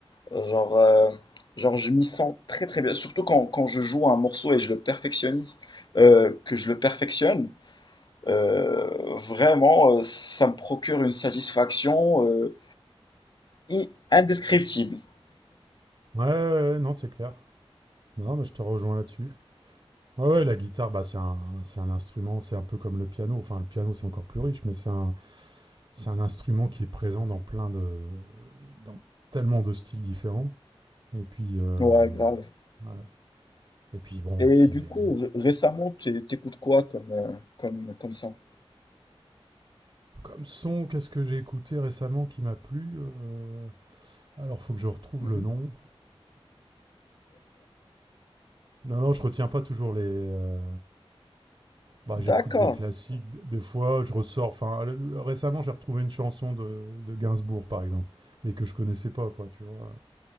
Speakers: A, on the left (about 45°); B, on the right (about 45°).
A: Genre, euh, genre je m'y sens très très bien. Surtout quand, quand je joue un morceau et je le perfectionnise, euh, que je le perfectionne, euh, vraiment, euh, ça me procure une satisfaction euh, i- indescriptible.
B: Ouais, ouais, ouais, non, c'est clair. Non, mais je te rejoins là-dessus. Ouais, ouais, la guitare, bah, c'est un, c'est un instrument, c'est un peu comme le piano. Enfin, le piano, c'est encore plus riche, mais c'est un, c'est un instrument qui est présent dans plein de. dans tellement de styles différents. Et puis. euh,
A: Ouais, grave.
B: ouais. Et puis bon,
A: Et
B: qui
A: du
B: est
A: coup, ré- récemment, t'é- t'écoutes quoi comme, euh, comme, comme son?
B: Comme son, qu'est-ce que j'ai écouté récemment qui m'a plu Euh, Alors, faut que je retrouve
A: Mhm.
B: le nom. Non, non, je retiens pas toujours les. euh, Bah,
A: D'accord.
B: j'écoute des classiques. d- Des fois, je ressors. Enfin, le- récemment, j'ai retrouvé une chanson de, de Gainsbourg, par exemple, mais que je connaissais pas, quoi, tu vois.